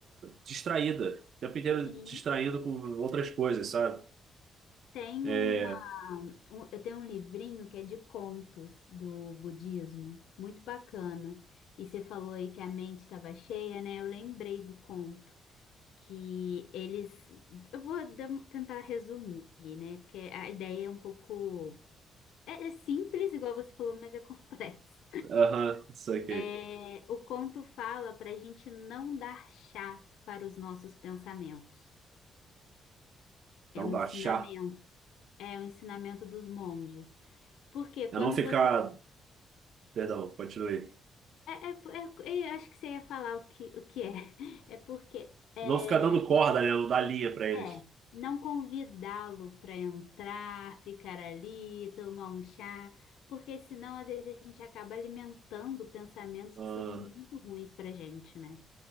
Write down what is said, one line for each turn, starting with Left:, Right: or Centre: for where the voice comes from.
Right: distraída, o tempo inteiro
Left: Sim.
Right: distraindo com outras coisas, sabe?
Left: Tem
Right: É,
Left: uma um- eu tenho um livrinho que é de contos do budismo, muito bacana. E você falou aí que a mente estava cheia, né? Eu lembrei do conto que eles, eu vou dar- um, tentar resumir, né? Porque a ideia é um pouco é, é simples, igual você falou, mas é <laughs> complexo.
Right: aham, isso aqui,
Left: É, o conto fala para a gente não dar chá para os nossos pensamentos. É
Right: não
Left: um
Right: baixar,
Left: ensinamento, é um ensinamento dos monges. Porque quando
Right: é não ficar,
Left: você
Right: perdão, continue,
Left: É, é, é- eu acho que você ia falar o que, o que é. <laughs> É porque é,
Right: é não ficar dando
Left: você
Right: corda, né, não dar linha pra eles.
Left: é não convidá-lo para entrar, ficar ali, tomar um chá, porque senão às vezes a gente acaba alimentando pensamentos
Right: Ah,
Left: que são muito ruins para gente, né?